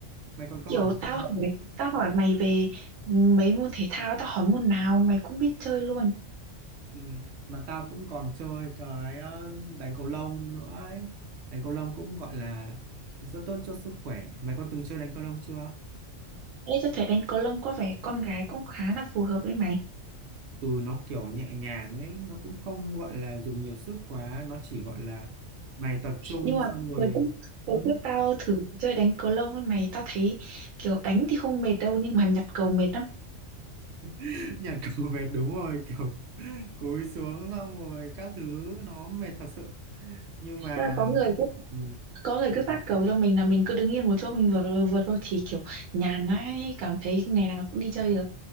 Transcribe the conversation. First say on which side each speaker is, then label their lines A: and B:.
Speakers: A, on the right; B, on the right.
A: mày còn có
B: Kiểu
A: hỏi
B: tao
A: gì không
B: hỏi, tao hỏi mày về mấy môn thể thao, tao hỏi môn nào mày cũng biết chơi luôn.
A: ừ. mà tao cũng còn chơi cái ờ, đánh cầu lông nữa ấy đánh cầu lông cũng gọi là rất tốt cho sức khỏe mày có từng chơi đánh cầu lông chưa
B: Ê, tao thấy đánh cầu lông có vẻ con gái cũng khá là phù hợp với mày.
A: ừ nó kiểu nhẹ nhàng ấy nó cũng không gọi là dùng nhiều sức quá nó chỉ gọi là mày tập trung
B: Nhưng mà
A: xong rồi
B: hồi trước, hồi
A: ừ.
B: trước tao thử chơi đánh cầu lông với mày, tao thấy kiểu đánh thì không mệt đâu nhưng mà nhặt cầu mệt lắm.
A: <laughs> nhặt cầu về đúng rồi kiểu cúi xuống xong rồi các thứ nó mệt thật sự nhưng
B: Thế
A: mà
B: là Có người cứ,
A: ừ.
B: có người cứ phát cầu cho mình là mình cứ đứng yên một chỗ mình vừa vượt thôi thì kiểu nhàn ấy, cảm thấy ngày nào cũng đi chơi được.